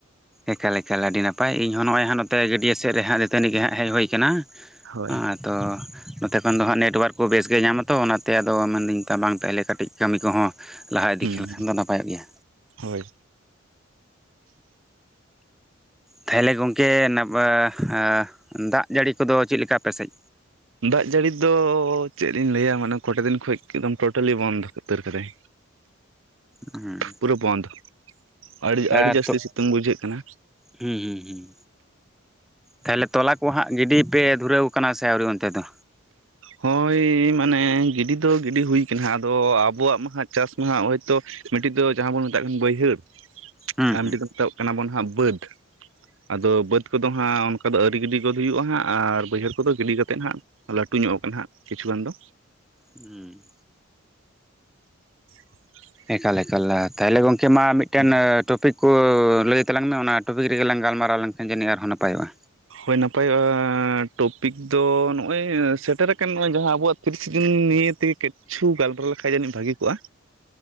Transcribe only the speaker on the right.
ᱦᱳᱭ
ᱦᱩᱸ
ᱦᱳᱭ᱾
ᱫᱟᱜ ᱡᱟᱹᱲᱤ ᱫᱚ ᱪᱮᱫ ᱞᱤᱧ ᱞᱟᱹᱭᱟ, ᱢᱟᱱᱮ ᱠᱚᱴᱟ ᱫᱤᱱ ᱠᱷᱚᱡ ᱮᱠᱫᱚᱢ ᱴᱳᱴᱟᱞᱤ ᱵᱚᱱᱫᱷᱚ ᱩᱛᱟᱹᱨ ᱠᱟᱫᱟᱭ᱾
ᱯᱩᱨᱟᱹ ᱵᱚᱱᱫᱷ ᱟᱹᱰᱤ
ᱟᱹᱰᱤ ᱡᱟᱹᱥᱛᱤ
ᱥᱤᱛᱩᱝ ᱵᱩᱡᱷᱟᱹᱜ ᱠᱟᱱᱟ᱾
ᱦᱳᱭ ᱢᱟᱱᱮ, ᱜᱤᱰᱤ ᱫᱚ ᱜᱤᱰᱤ ᱦᱩᱭ ᱠᱟᱱᱟ ᱟᱫᱚ ᱟᱵᱚᱣᱟᱜ ᱢᱟ ᱦᱟᱸᱜ ᱪᱟᱥ ᱢᱟ ᱦᱟᱸᱜ ᱦᱚᱭᱛᱚ ᱢᱤᱫᱴᱤᱡ ᱫᱚ ᱡᱟᱦᱟᱸ ᱵᱚᱱ ᱢᱮᱛᱟᱜ ᱠᱟᱱ, ᱵᱟᱹᱭᱦᱟᱹᱲ
ᱟᱨ
ᱢᱤᱫᱴᱤᱡ ᱫᱚ ᱢᱮᱛᱟᱜ ᱠᱟᱱᱟ ᱵᱚᱱ ᱦᱟᱸᱜ ᱵᱟᱹᱫᱽ᱾ ᱟᱫᱚ ᱵᱟᱹᱫᱽ ᱠᱚᱫᱚ ᱦᱟᱸᱜ ᱚᱱᱠᱟ ᱫᱚ ᱟᱹᱣᱨᱤ ᱜᱤᱰᱤ ᱜᱚᱫ ᱦᱩᱭᱩᱜᱼᱟ ᱦᱟᱸᱜ, ᱟᱨ ᱵᱟᱹᱭᱦᱟᱹᱲ ᱠᱚᱫᱚ ᱜᱤᱰᱤ ᱠᱟᱛᱮᱫ ᱦᱟᱸᱜ <inaudible> ᱧᱚᱜ ᱠᱟᱱᱟ ᱦᱟᱸᱜ ᱠᱤᱪᱷᱩ ᱜᱟᱱ ᱫᱚ᱾
<inaudible>
ᱦᱩᱸ
ᱦᱳᱭ ᱱᱟᱯᱟᱭᱚᱜᱼᱟ᱾ ᱴᱚᱯᱤᱠ ᱫᱚ ᱱᱚᱜᱼᱚᱭ ᱥᱮᱴᱮᱨᱟ ᱟᱠᱟᱱ, ᱱᱚᱜᱼᱚᱭ ᱡᱟᱦᱟᱸ ᱟᱵᱚᱣᱟᱜ ᱛᱤᱥᱮ ᱡᱩᱱ ᱤᱭᱟᱹ ᱛᱮᱜᱮ ᱠᱤᱪᱷᱩ ᱜᱟᱞᱢᱟᱨᱟᱣ ᱞᱮᱠᱷᱟᱡ ᱡᱟᱹᱱᱤᱡ ᱵᱷᱟᱹᱜᱤ ᱠᱚᱜᱼᱟ᱾